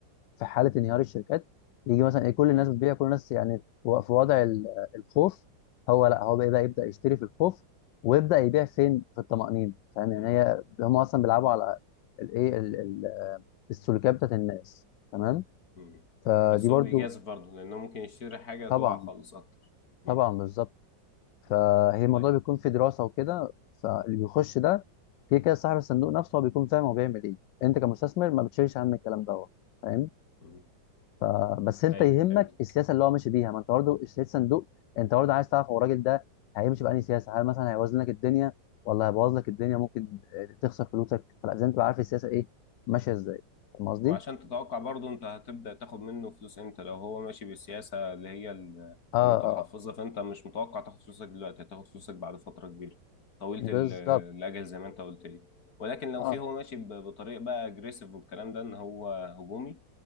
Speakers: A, on the left; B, on the left.
A: في حاله انهيار الشركات يجي مثلا ايه كل الناس
B: امم
A: بتبيع كل الناس يعني في و- في وضع ال- الخوف هو لا هو بقى بقى يبدا يشتري في الخوف ويبدا يبيع فين في الطمأنينه فاهم يعني
B: امم
A: هي هم اصلا بيلعبوا على الايه ال- ال- آه، السلوكيات بتاعت الناس تمام
B: امم
A: فدي
B: بس
A: برضو
B: هو بيجازف برضه لانه ممكن يشتري حاجه
A: طبعا
B: تقع خالص اكتر
A: طبعا
B: امم
A: بالظبط فهي الموضوع
B: طيب
A: بيكون في دراسه وكده فاللي بيخش ده كده كده صاحب الصندوق نفسه هو بيكون فاهم هو بيعمل ايه انت كمستثمر ما بتشيلش هم الكلام دوت فاهم
B: امم
A: ف- بس انت
B: ايوه
A: يهمك
B: فهمت
A: السياسه اللي هو ماشي بيها ما انت برضه اشتريت صندوق انت برضه عايز تعرف هو الراجل ده هيمشي بأنهي سياسه هل مثلا هيوازن لك الدنيا ولا هيبوظ لك الدنيا ممكن آه، تخسر فلوسك فلازم تبقى عارف السياسه ايه ماشيه ازاي فاهم قصدي
B: وعشان تتوقع برضه انت هتبدأ تاخد منه فلوس امتى لو هو ماشي بالسياسة اللي هي ال-
A: اه
B: المتحفظة
A: اه
B: فانت مش متوقع تاخد فلوسك دلوقتي هتاخد فلوسك بعد فترة كبيرة طويلة
A: بالظبط
B: ال- الأجل زي ما انت قلت لي ولكن لو
A: اه
B: في هو ماشي ب- بطريقة بقى اجريسيف والكلام ده ان هو هجومي